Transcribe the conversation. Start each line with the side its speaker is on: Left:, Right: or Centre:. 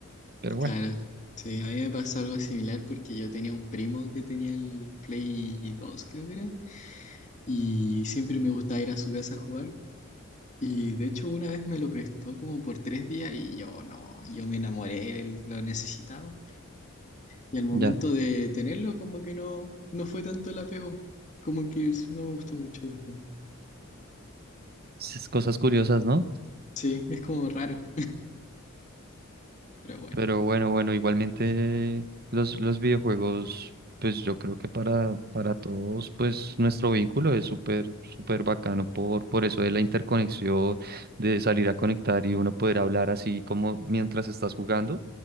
Right: Pero bueno,
Left: claro. Sí, a mí me pasó algo similar porque yo tenía un primo que tenía el Play dos creo que era, y siempre me gustaba ir a su casa a jugar. Y de hecho una vez me lo prestó como por tres días y yo no, yo me enamoré, él lo necesitaba. Y al momento
Right: ya.
Left: de tenerlo como que no, no fue tanto el apego, como que es- no me gustó mucho después.
Right: Esas cosas curiosas, ¿no?
Left: Sí, es como raro. Pero bueno,
Right: Pero bueno, bueno, igualmente los, los videojuegos, pues yo creo que para, para todos, pues nuestro vínculo es súper, súper bacano por, por eso de la interconexión, de salir a conectar y uno poder hablar así como mientras estás jugando,